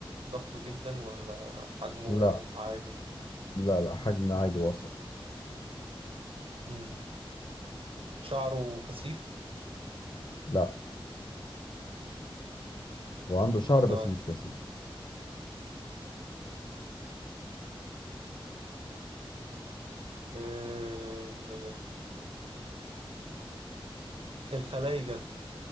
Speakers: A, on the right (about 75°); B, on the left (about 60°).
A: ضخم جدا ولا حجمه
B: لا
A: عادي
B: لا لا حجم عادي وسط
A: مم. شعره كثيف
B: لا هو عنده شعر
A: طيب
B: بس مش كثيف
A: آه، الخلايجة